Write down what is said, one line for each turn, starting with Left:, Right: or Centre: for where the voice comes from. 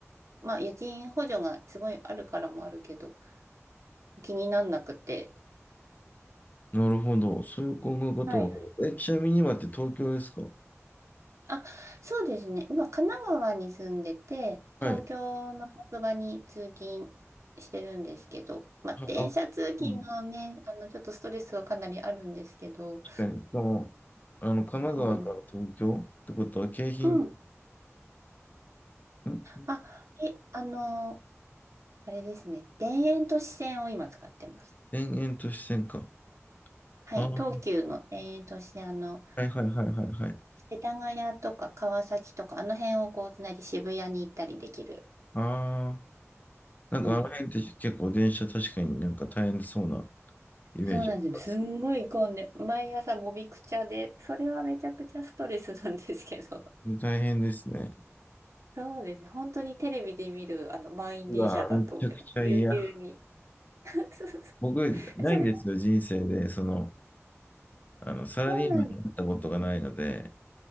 Right: まあ、家賃補助がすごいあるからもあるけど、気になんなくて、
Left: なるほど。そういう考え方は。
Right: はいはい。
Left: え、ちなみに今って東京ですか
Right: あ、そうですね。今、神奈川に住んでて、
Left: はい。
Right: 東京の職場に通勤してるんですけど、
Left: は
Right: まあ、電車通勤のね、
Left: あ、うん
Right: あの、ちょっとストレスはかなりあるんですけど、
Left: 確かに。しかも、あの、神奈川から東京ってことは、
Right: うん、
Left: 京浜
Right: うん。
Left: んん
Right: あ、え、あの、あれですね。田園都市線を今使ってます。
Left: 田園都市線か。
Right: はい、
Left: ああ、は
Right: 東急の田園都市線、あの、
Left: いはいはいはいはい。
Right: 世田谷とか川崎とか、あの辺をこう、つないで渋谷に行ったりできる。
Left: ああ、なんかあの辺って結構電車確かになんか大変そうな
Right: うん
Left: イメージあります。
Right: そうなんですよ。すんごい混んで、毎朝もみくちゃで、それはめちゃくちゃストレスなんですけど。
Left: 大変ですね。
Right: そうですね。本当にテレビで見る、あの、満員電車だと、
Left: うわ、めちゃくちゃ嫌。
Right: ぎゅうぎゅうに。<laughs> そうそうそ
Left: 僕、ないんですよ、
Right: うそれは、
Left: 人生で、その、あの、サラリーマンになったことがないので、
Right: そうなんですね。